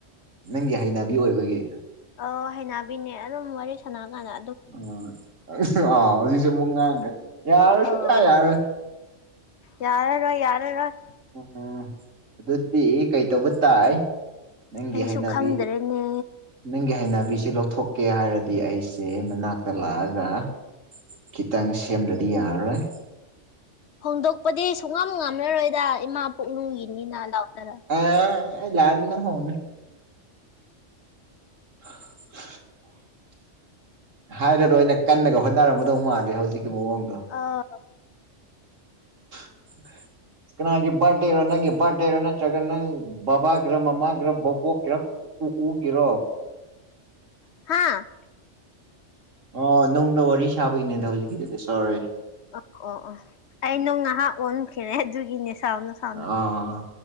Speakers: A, on the right; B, on the left.
A: ꯅꯪꯒꯤ ꯍꯩꯅꯕꯤ ꯑꯣꯏꯕꯒꯤ꯫
B: ꯑꯧ ꯍꯩꯩꯅꯕꯤꯅꯦ ꯑꯗꯨꯝ ꯋꯥꯔꯤ ꯁꯥꯟꯅꯀꯥꯟꯗ꯫
A: ꯎꯝ ꯑꯥ ꯍꯧꯖꯤꯛꯁꯦ ꯑꯃꯨꯛ ꯉꯥꯡꯈ꯭ꯔꯦ ꯌꯥꯔꯣꯏ
B: ꯑꯧ
A: ꯁꯨꯛ ꯌꯥ ꯌꯥꯔꯣꯏ꯫
B: ꯌꯥꯔꯔꯣꯏ ꯌꯥꯔꯔꯣꯏ꯫
A: ꯎꯝ ꯑꯗꯨꯗꯤ ꯀꯩꯇꯧꯕ ꯇꯥꯏ? ꯅꯪꯒꯤ
B: ꯑꯩꯁꯨ
A: ꯍꯩꯅꯕꯤ
B: ꯈꯪꯗ꯭ꯔꯦꯅꯦ꯫
A: ꯅꯪꯒꯤ ꯍꯩꯅꯕꯤꯁꯦ ꯂꯧꯊꯣꯛꯀꯦ ꯍꯥꯏꯔꯗꯤ ꯑꯩꯁꯦ ꯅꯅꯥꯛꯇ ꯂꯥꯛꯑꯒ, ꯈꯤꯇꯪ ꯁꯦꯝꯗ꯭ꯔꯗꯤ ꯌꯥꯔꯔꯣꯏ꯫
B: ꯍꯣꯡꯗꯣꯛꯄꯗꯤ ꯁꯨꯡꯉꯝ ꯉꯝꯂꯔꯣꯏꯗ ꯏꯃꯥ ꯄꯨꯛꯅꯨꯡꯒꯤꯅꯤꯅ ꯂꯥꯎꯗꯔ
A: ꯑ ꯑꯩ ꯂꯛꯑꯗꯤ ꯅꯪ ꯍꯧꯅꯤ꯫ <inaudible> ꯍꯥꯏꯔꯔꯣꯏꯅ ꯀꯟꯅꯒ ꯍꯣꯠꯅꯔꯝꯒꯗꯧ ꯃꯥꯂꯦ ꯍꯧꯖꯤꯛꯀꯤ ꯃꯑꯣꯡꯗꯣ꯫
B: ꯑꯥ
A: ꯎ <inaudible> ꯀꯅꯥꯒꯤ ꯕꯥꯔꯗꯦꯔꯣ ꯅꯪꯒꯤ ꯕꯥꯔꯗꯦꯔꯣ ꯅꯠꯇ꯭ꯔꯒ ꯅꯪ ꯕꯕꯥꯒꯤꯔ ꯃꯃꯥꯒꯤꯔ ꯕꯣꯕꯣꯛꯀꯤꯔꯣ ꯎ ꯎꯒꯤꯔꯣ
B: ꯍꯥꯥ
A: ꯑꯣ ꯅꯨꯡꯗ ꯋꯥꯔꯤ ꯁꯥꯕꯒꯤꯅꯦꯗ ꯍꯧꯖꯤꯛꯀꯤꯗꯨꯗꯤ ꯁꫭꯔꯦ
B: ꯑꯣ ꯑꯣ ꯑꯣ ꯑꯩ ꯅꯣꯡ ꯉꯥꯏꯍꯥꯛ ꯑꯣꯟꯈꯔꯦ ꯑꯗꯨꯒꯤꯅꯦ ꯁꯥꯎꯅꯨ ꯁꯥꯎꯅꯨ
A: ꯑꯥ